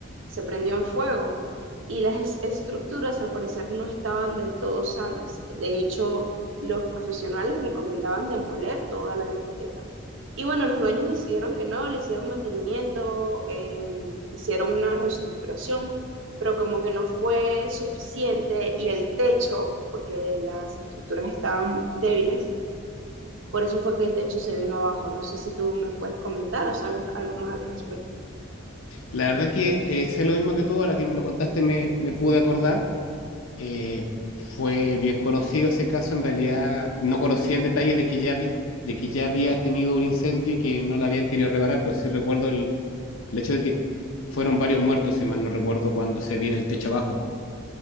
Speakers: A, on the right (about 70°); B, on the left (about 85°).
A: se prendió en fuego y las es- estructuras al parecer no estaban del todo sanas. De hecho, los profesionales recomendaban demoler toda la discoteca. Y bueno, los dueños decidieron que no, le hicieron mantenimiento, eh, hicieron una reestructuración, pero como que no fue suficiente y el techo, porque las estructuras estaban débiles, por eso fue que el techo se vino abajo. No sé si tú me puedes comentar o sabes algo más al respecto.
B: La verdad que eh, sé lo mismo que tú, ahora que me lo contaste me, me pude acordar. Eh, fue bien conocido ese caso, en realidad no conocía el detalle de que ya vi- de que ya había tenido un incendio y que no la habían querido reparar, pero sí recuerdo el, el hecho de que fueron varios muertos, si mal no recuerdo, cuando se viene el techo abajo.